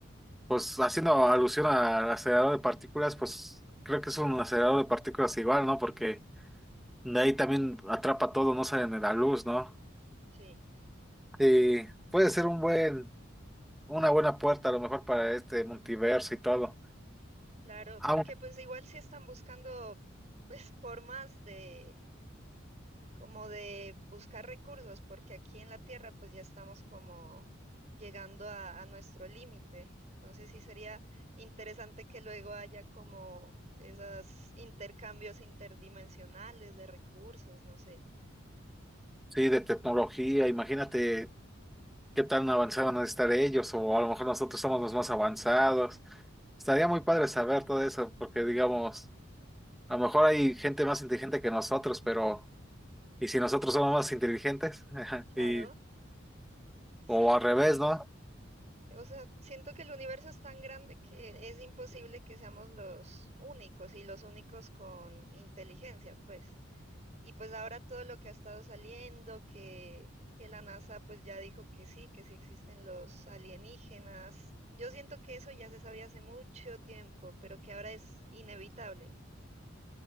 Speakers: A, in the centre; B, on the right.
A: Pues haciendo alusión al acelerador de partículas, pues creo que es un acelerador de partículas igual, ¿no? Porque de ahí también atrapa todo, no sale ni la luz, ¿no?
B: Sí,
A: Y puede ser un buen, una buena puerta a lo mejor para este multiverso y todo.
B: claro,
A: Aún
B: porque pues igual si están buscando pues formas de como de buscar recursos, porque aquí en la Tierra pues ya estamos como llegando a, a nuestro límite. Entonces sí sería interesante que luego haya como esos intercambios interdimensionales de recursos, no sé.
A: sí, de tecnología, imagínate qué tan avanzados van a estar ellos, o a lo mejor nosotros somos los más avanzados. Estaría muy padre saber todo eso, porque digamos, a lo mejor hay gente más inteligente que nosotros, pero ¿y si nosotros somos más inteligentes? <laughs>
B: Claro,
A: Y
B: sí,
A: O al revés,
B: porque pues,
A: ¿no?
B: o sea, siento que el universo es tan grande que es imposible que seamos los únicos y los únicos con inteligencia, pues. Y pues ahora todo lo que ha estado saliendo, que, que la NASA pues ya dijo que sí, que sí existen los alienígenas. Yo siento que eso ya se sabía hace mucho tiempo, pero que ahora es inevitable.